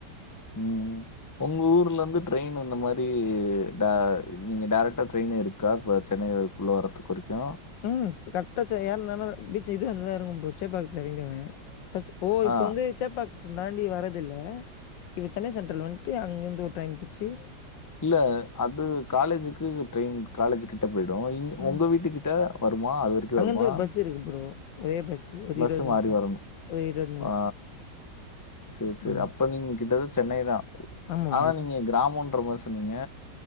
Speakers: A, on the left; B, on the left.
A: ம். உங்க ஊர்ல இருந்து ட்ரெயின் அந்த மாரி டே நீங்க டேரெக்டா ட்ரெயின் இருக்கா இப்ப சென்னை வரைக் உள்ள வரத்து குறிக்கு
B: ம் கரெட்டாச்சே ஏர்னாலு பீச்சு இக்குது வந்து இறங்கும் ப்ரோ சேபீபாக்கத்துல எறங்கிடுவே பஸ்ட்டு ஓ இப்போ
A: ஆ.
B: வந்து சேப்பாக்கோ தாண்டி வரதுல்ல இப்ப சென்னை சென்ட்ரல் வன்ட்டு அங்கேருந்து ஒரு ட்ரெயின் புட்ச்சு
A: இல்ல அது காலேஜுக்கு ட்ரெயின் காலேஜ்கிட்ட போய்டு இங்
B: ம்
A: உங்க வீட்டு கிட்ட வருமா அது வரைக்கு
B: அங்கேருந்து
A: வருமா
B: ஒரு பஸ் இருக்கு ப்ரோ ஒரே பஸ் ஒரு
A: பஸ்
B: இருபது நிமிஷம்
A: மாறி வரணு
B: ஒரு இருபது நிமிஷம்
A: ஆ செரி செரி
B: ம்
A: அப்ப நீங்க கிட்டது சென்னை தா
B: ஆமா
A: ஆனா நீங்க கிராமோன்ற மாரி சொன்னீங்க